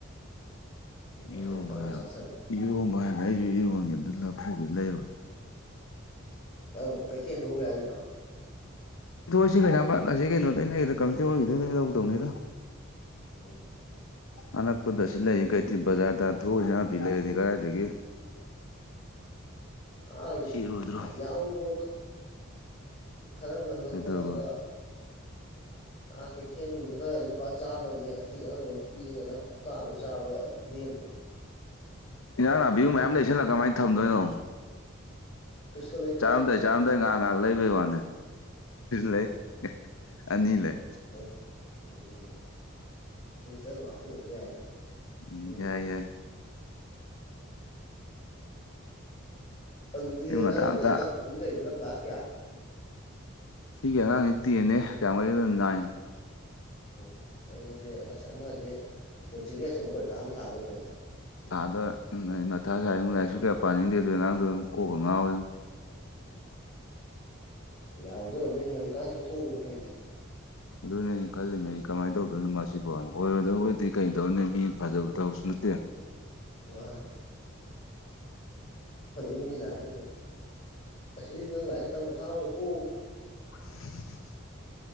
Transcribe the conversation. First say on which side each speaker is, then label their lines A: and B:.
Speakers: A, on the left; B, on the left.
A: ꯑꯩꯅ
B: ꯏꯔꯣꯝꯕ
A: ꯇꯧꯔ
B: ꯍꯥꯏꯔꯒ
A: ꯆꯥꯁꯤꯜꯂꯦ
B: ꯏꯔꯣꯝꯕ ꯍꯥꯏꯔꯒ ꯑꯩꯁꯨ ꯏꯔꯣꯟꯒꯤ ꯑꯝꯇ ꯂꯐꯨꯒ ꯂꯩꯔꯨꯔꯒꯦ
A: ꯅꯪ ꯀꯩꯊꯦꯜ ꯊꯣꯛꯑꯒꯦ ꯍꯥꯏꯔꯤꯔꯣ
B: ꯊꯣꯛꯣꯏꯏꯁꯤ ꯀꯩꯁꯥꯄꯥꯠꯂꯁꯤ ꯀꯩꯅꯣꯗ ꯂꯩꯒꯗ ꯀꯃꯤꯇꯤ ꯑꯣꯏꯈꯤꯗꯣꯏ ꯂꯧꯗꯧꯅꯤꯗ
A: ꯎꯝ
B: ꯑꯅꯛꯄꯗ ꯁꯤ ꯂꯩ ꯀꯩꯊ ꯕꯖꯥꯔꯗ ꯊꯨꯏ ꯅꯥꯕꯤ ꯂꯩꯔꯗꯤ ꯀꯗꯥꯏꯗꯒꯤ
A: ꯑ
B: ꯁꯤꯔꯣꯏꯗ꯭ꯔꯣ
A: ꯌꯥꯎꯗꯣ ꯈꯔ ꯉꯟꯅ
B: ꯀꯩꯗꯧꯔꯕ
A: ꯍꯧꯒꯠꯂꯒ ꯑꯥ ꯀꯩꯊꯦꯜꯗꯨꯗ ꯂꯨꯄꯥ ꯆꯥꯝꯃꯒꯤ ꯑꯇꯦꯛ ꯑꯅ ꯇꯤꯑꯒ ꯅꯪ ꯍꯞꯇꯥ ꯑꯃꯨ ꯆꯥꯕ ꯂꯦꯝꯅꯤꯕ
B: ꯏꯟꯥꯡ ꯅꯥꯄꯤꯕꯨ ꯃꯌꯥꯝ ꯂꯩꯁꯤꯜꯂꯒ ꯀꯃꯥꯏꯅ ꯊꯝꯗꯣꯏꯅꯣ
A: ꯐ꯭ꯔꯤꯖꯀ ꯂꯩꯇ꯭ꯔꯣ
B: ꯆꯥꯔꯝꯗꯣꯏ
A: ꯍꯥꯏꯁꯦ
B: ꯆꯥꯔꯝꯗꯩ ꯉꯥꯏꯍꯥꯛ ꯉꯥꯏꯍꯥꯛ ꯂꯩꯕꯩ ꯋꯥꯅꯦ ꯂꯩ ꯑꯅꯤ ꯂꯩ
A: ꯎꯝ ꯎꯝ ꯐ꯭ꯔꯤꯖꯇ ꯑꯗꯨꯝ ꯍꯥꯞꯆꯤꯜꯂꯁꯨ ꯌꯥꯏꯗꯅ
B: ꯝ
A: ꯑꯗꯨꯕꯨꯗꯤ
B: ꯌꯥꯏ ꯌꯥꯏ
A: ꯑꯗꯨꯗꯤ
B: ꯑꯌꯨꯛ ꯉꯟꯇꯥ
A: ꯅꯪ ꯍꯧꯖꯤꯛ
B: ꯉꯟꯇꯥ
A: ꯑꯉꯥꯡ ꯀꯣꯆꯤꯡ ꯂꯩꯗꯅ ꯀ꯭ꯂꯥꯁ ꯀꯌꯥ
B: ꯁꯤꯒꯤ ꯑꯉꯥꯡꯁ ꯇꯦꯟꯅꯦ ꯀꯌꯥꯃꯨꯔꯤꯗ ꯅꯥꯏꯟ
A: ꯎꯝ ꯑꯗꯨꯗꯤ ꯑꯁ ꯑꯃꯗꯤ ꯄꯨꯟꯁꯤꯒꯤ ꯑꯆꯧꯕ ꯄꯔꯤꯈꯥ ꯑꯃ ꯊꯥꯗꯧꯔꯤꯦꯅꯦ
B: ꯊꯥꯗ ꯃꯊꯥ ꯁꯉꯨ ꯂꯥꯏꯁꯨ ꯀꯌꯥ ꯄꯥꯅꯤꯡꯗꯦ ꯑꯗꯨꯗꯣ ꯑꯉꯥꯡꯗꯣ ꯑꯗꯨꯝ ꯀꯣꯛꯄ ꯉꯥꯎꯋꯦ
A: ꯌꯥꯔꯗꯣꯏꯔꯗꯤꯩ ꯉꯜꯂꯤꯛꯀꯥꯟꯗ ꯇꯣꯛꯊꯣꯛꯎꯕ ꯐꯩꯇ
B: ꯑꯗꯨꯅꯦ ꯑꯩ ꯈꯜꯂꯤꯕ ꯑꯩ ꯀꯃꯥꯏꯅ ꯇꯧꯗꯣꯏꯅꯣ ꯃꯁꯤꯁꯤꯐꯥꯎ ꯑꯣꯏꯔꯣꯏꯗꯕꯨꯗꯤ ꯀꯩꯗꯧꯅꯦ ꯃꯤ ꯐꯖꯕ ꯊꯕꯁꯨ ꯅꯠꯇꯦ
A: ꯃꯥꯅꯦ ꯏꯃꯤꯅꯁ ꯑꯁꯤꯁꯤꯗ ꯂꯥꯏꯔꯤꯛ ꯇꯝꯕ ꯊꯥꯔꯨꯅꯨꯀꯣ
B: <unintelligible>